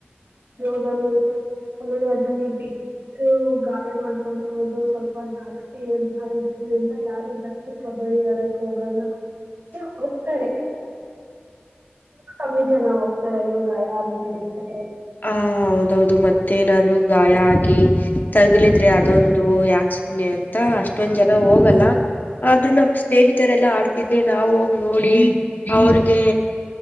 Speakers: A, on the right; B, on the left.
A: <unintelligible> ಆಮೇಲೆ ಅದ್ರಲ್ಲಿ ಬಿದ್ದು ಗಾಯ ಮಾಡ ಕೊಳ್ಳೋದು ಸ್ವಲ್ಪ ಜಾಸ್ತಿ <unintelligible> ಯಾರು ಜಾಸ್ತಿ ಕಬಡ್ಡಿ ಆಡಕ್ ಹೋಗಲ್ಲ ಹೋಗ್ತಾರೆ. ಕಮ್ಮಿ ಜನವು ಈದರಲ್ಲೂ ಗಾಯ ಆಗ್ಬಿಡುತ್ತೆ.
B: ಆ ಹೌದೌದು ಮತ್ತೇನಾದ್ರು ಗಾಯ ಆಗಿ. ತಗಿಲಿದ್ರೆ ಅದೊಂದು ಯಾಕ್ ಸುಮ್ನೆ ಅಂತ ಅಷ್ಟೊಂದ್ ಜನ್ ಹೋಗಲ್ಲ ಆದ್ರೂ ನಮ್ ಸ್ನೇಹಿತರೆಲ್ಲಾ ಆಡ್ತಿದ್ರೆ ನಾವು ಅವರ್ನ ಹೋಗ್ ನೋಡಿ ಅವ್ರಗೆ